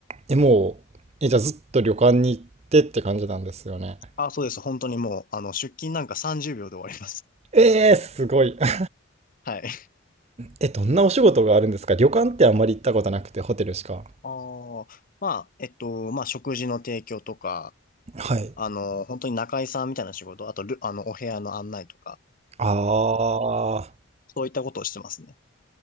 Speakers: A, on the right; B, on the left.
A: え、もう、え、じゃあずっと旅館に行ってって感じなんですよね。
B: あ、そうです。本当にもう、あの、出勤なんか30秒で終わります。
A: えー、すごい。<laughs>
B: はい。
A: え、どんなお仕事があるんですか旅館ってあんまり行ったことなくて、ホテルしか。
B: ああ、まあ、えっと、まあ、食事の提供とか、
A: はい。
B: あの、本当に仲居さんみたいな仕事、あとル、あの、お部屋の案内とか、
A: あー。
B: そういったことをしてますね。